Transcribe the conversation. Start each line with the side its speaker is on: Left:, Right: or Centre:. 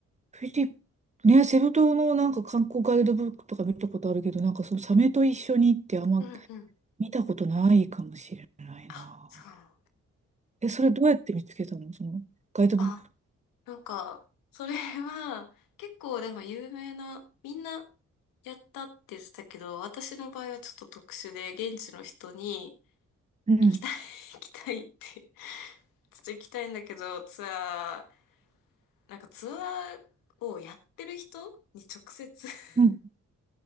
Right: フィリ、ね、セブ島のなんか観光ガイドブックとか見たことあるけど、なんかそのサメと一緒にってあんま
Left: うんうん。
Right: 見たことないかもしれないな。
Left: あ、そう。
Right: え、それどうやって見つけたのそのガイドブック。
Left: あ、なんか、それは、結構でも有名な、みんなやったって言ってたけど、私の場合はちょっと特殊で、現地の人に、
Right: うん。
Left: 行きたい、<laughs> 行きたいって、<laughs> ちょっと行きたいんだけど、ツアー、なんかツアーをやってる人に直接 <laughs>、
Right: うん。